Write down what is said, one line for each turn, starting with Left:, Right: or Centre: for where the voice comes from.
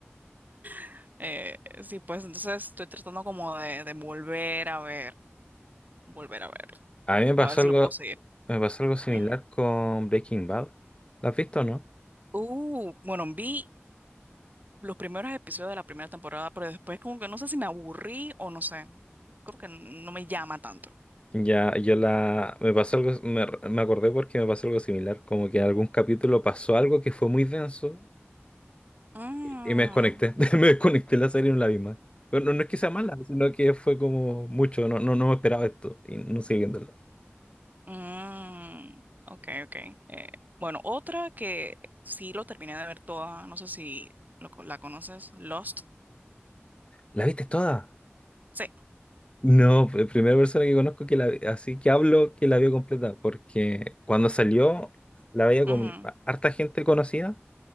Right: <laughs> eh, sí, pues entonces estoy tratando como de, de volver a ver, volver a verlo,
Left: A mí me pasó
Right: a ver si
Left: algo,
Right: lo puedo seguir.
Left: me pasó algo similar
Right: Ujú.
Left: con Breaking Bad. ¿La has visto o no?
Right: Uh, bueno, vi los primeros episodios de la primera temporada, pero después como que no sé si me aburrí o no sé. Creo que no me llama tanto.
Left: Ya, yo la, me pasó algo, me, me acordé porque me pasó algo similar, como que en algún capítulo pasó algo que fue muy denso
Right: Mm.
Left: Y me desconecté, <laughs> me desconecté de la serie en la misma. Pero no, no es que sea mala, sino que fue como mucho, no, no, no me esperaba esto y no seguí viéndola.
Right: Mm, ok, ok. Eh, bueno, otra que sí lo terminé de ver toda, no sé si lo co- la conoces, Lost.
Left: ¿La viste toda?
Right: Sí.
Left: No, la primera persona que conozco que la, así que hablo que la vio completa, porque cuando salió la veía con
Right: Ujú,
Left: harta gente conocida,